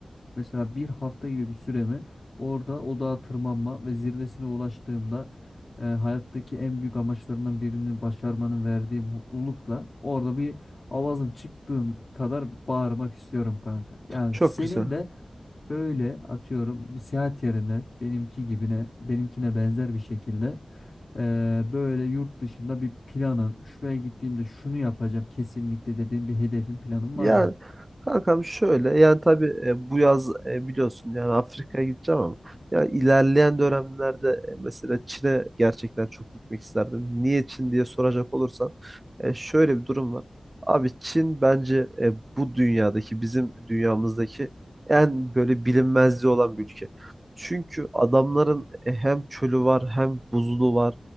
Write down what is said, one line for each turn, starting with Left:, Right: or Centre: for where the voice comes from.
Left: mesela bir hafta gibi bir süremi orada o dağa tırmanma ve zirvesine ulaştığımda e, hayattaki en büyük amaçlarından birini başarmanın verdiği mutlulukla orada bir Avazım çıktığın kadar bağırmak istiyorum kanka. Yani
Right: Çok
Left: senin
Right: güzel.
Left: de böyle atıyorum bir seyahat yerine benimki gibine benimkine benzer bir şekilde eee, böyle yurt dışında bir planın şuraya gittiğimde şunu yapacağım kesinlikle dediğin bir hedefin planın
Right: Yani
Left: var mı?
Right: kankam şöyle yani tabii e, bu yaz e, biliyorsun yani Afrika'ya gideceğim ama yani ilerleyen dönemlerde e, mesela Çin'e gerçekten çok gitmek isterdim. Niye Çin diye soracak olursan e, şöyle bir durum var. Abi Çin bence e, bu dünyadaki bizim dünyamızdaki en böyle bilinmezliği olan bir ülke. Çünkü adamların e, hem çölü var hem buzulu var.